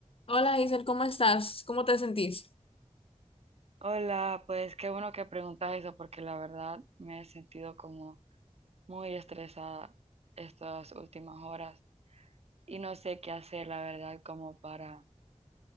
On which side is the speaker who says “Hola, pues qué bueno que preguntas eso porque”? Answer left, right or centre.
Right